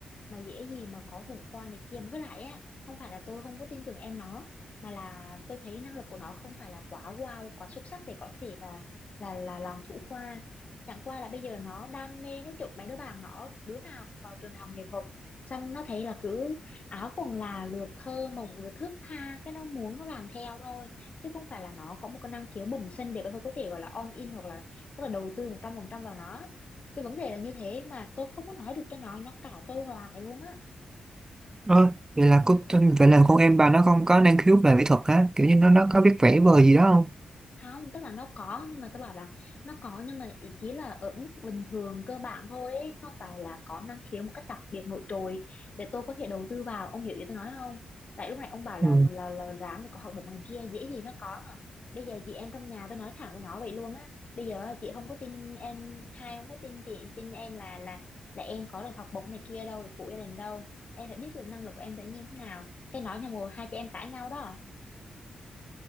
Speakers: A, on the left; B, on the right.
A: mà dễ gì mà có thủ khoa này kia với lại á không phải là tôi không có tin tưởng em nó mà là tôi thấy năng lực của nó không phải là quá wow quá xuất sắc để có thể là là là làm thủ khoa chẳng qua là bây giờ nó đam mê nó chụp mấy đứa bạn nó đứa nào cũng vào trường đại học nghệ thuật xong nó thấy là cứ áo quần là lượt thơ mộng rồi thước tha cái nó muốn nó làm theo thôi chứ không phải là nó có một cái năng khiếu bẩm sinh để có thể gọi là on in hoặc là tức là đầu tư một trăm phần trăm vào nó cái vấn đề là như thế mà tôi không có nói được cho nó nó cãi tôi hoài luôn á
B: ơ vậy là cô vậy là con em bà nó không có năng khiếu về mỹ thuật á kiểu như nó nó có biết vẽ vời gì đó không
A: không tức là nó có nhưng mà tôi bảo là nó có nhưng mà ý chỉ là ở mức bình thường cơ bản thôi ấy, chứ không phải là có năng khiếu một cách đặc biệt nổi trội để tôi có thể đầu tư vào ông hiểu ý tôi nói không tại lúc này ông bảo là
B: ừ.
A: là là ráng là có học bổng này kia dễ gì nó có à. bây giờ chị em trong nhà tôi nói thẳng với nó vậy luôn á bây giờ chị không có tin em hai không có tin chị tin em là là là em có được học bổng này kia đâu được phụ gia đình đâu em phải biết được năng lực của em tự nhiên thế nào cái nói nhau rồi hai chị em cãi nhau đó à.